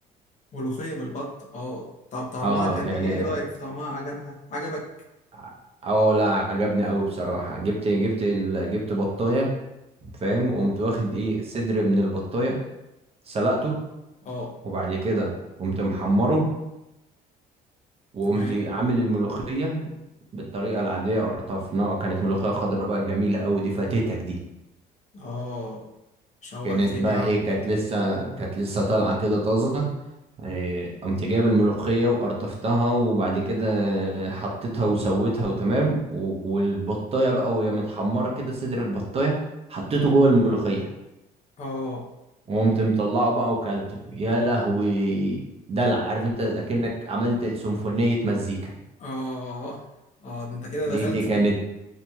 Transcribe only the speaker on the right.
اه
يعني
ع- اه لا عجبني قوي بصراحه جبت جبت ال- جبت بطايه فاهم وقمت واخد ايه صدر من البطايه سلقته
وبعد كده قمت محمره وقمت
عامل الملوخية بالطريقة العادية قرطفناها كانت ملوخية خضراء بقى جميلة أوي دي فاتتك دي
كانت بقى
ايه كانت لسه كانت لسه طالعة كده طازة إيه، قمت جايب الملوخية وقرطفتها وبعد كده حطيتها وسويتها وتمام و- والبطاية بقى وهي متحمرة كده صدر البطاية حطيته جوه الملوخية
وقمت مطلعه بقى وكلته يا لهوي دلع عارف انت اكنك عملت سيمفونية مزيكا
دي دي
كانت